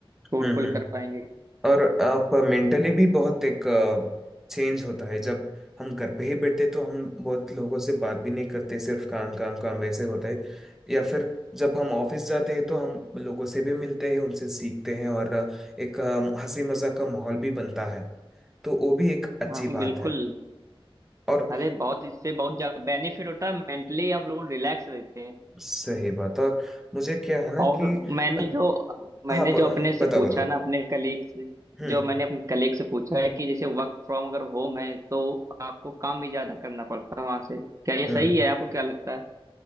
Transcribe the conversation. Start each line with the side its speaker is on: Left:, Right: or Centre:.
Right: फ्रूटफुल
Centre: हम्म हम्म
Right: कर पाएंगे
Centre: और आप मेंटली भी बहुत एक चेंज होता है जब हम घर पे ही बैठते तो हम बहुत लोगों से बात भी नहीं करते सिर्फ काम काम काम वैसे होता है या फिर जब हम ऑफिस जाते हैं तो हम लोगों से भी मिलते हैं उनसे सीखते हैं और अ, एक अ, हंसी मजाक का माहौल भी बनता है तो वो भी एक अच्छी
Right: हाँ
Centre: बात
Right: बिल्कुल
Centre: है और
Right: अरे बहुत इससे बहुत ज्यादा बेनिफिट होता है मेंटली आप लोग रिलैक्स रहते हैं
Centre: सही बात और मुझे क्या है ना
Right: और
Centre: कि
Right: मैंने
Centre: अ,
Right: जो मैंने
Centre: हाँ ब,
Right: जो अपने से
Centre: बताओ
Right: पूछा
Centre: बताओ
Right: ना अपने कलीग से
Centre: हम्म
Right: जो मैंने अपने कलीग से पूछा है कि जैसे वर्क फ्रॉम अगर होम है तो आपको काम भी ज्यादा करना पड़ता है वहां से क्या ये
Centre: हम्म।
Right: सही है आपको क्या लगता है